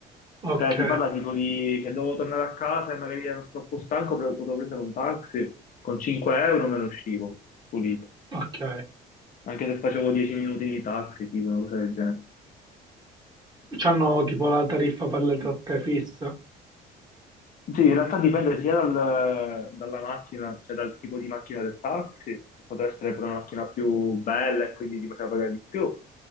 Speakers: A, on the right; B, on the left.
A: Ok,
B: Cioè, si parla tipo di se devo tornare a casa e magari ero troppo stanco, pre- potevo prendere un taxi, con 5 euro me ne uscivo, pulito.
A: ok.
B: Anche se facevo 10 minuti di taxi, tipo una cosa del genere.
A: C'hanno tipo la tariffa per le tratte fissa.
B: Sì, in realtà dipende sia dal- dalla macchina, cioè dal tipo di macchina del taxi, che potrà essere pure una macchina più bella e quindi ti faceva pagare di più,